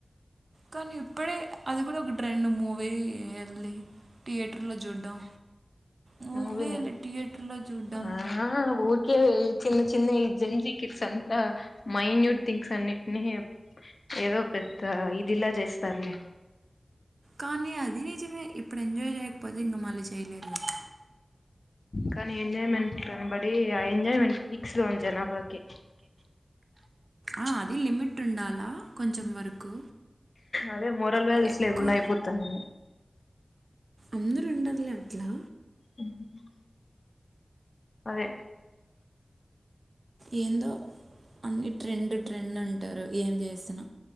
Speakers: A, on the right; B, on the left.
A: కానీ ఇప్పుడే, అది కూడా ఒక ట్రెండ్ మూవీ ఎళ్ళి టియేటర్లో చూడ్డం. మూవీ
B: మూవి నేనేం
A: వెళ్ళి థియేటర్లో చూడ్డం
B: ఆ వో కే చిన్న చిన్న ఈ జంజీకిర్స్ అంతా, మైన్యూట్ థింగ్స్ అన్నిట్ని ఏదో పెద్ద ఇదిలా చేస్తారులే.
A: కానీ అది నిజమే ఇప్పుడు ఎంజాయ్ చేయకపోతే ఇంకా మళ్ళీ చేయలేరు కదా
B: కానీ ఎంజాయ్మెంట్ కనబడీ, ఆ ఎంజాయ్మెంట్ పీక్స్ లో ఉంది జనాభాకి.
A: ఆ అది లిమిట్ ఉండాలా కొంచెం వరకు
B: అదే మోరల్ వ్యాల్యూస్
A: ఎక్కువ
B: లేకుండా అయిపోతంది
A: అందరుండర్లే అట్లా
B: ఉహుహు అదే
A: ఏందో అన్ని ట్రెండ్ ట్రెండ్ అంటారు ఏం చేస్తున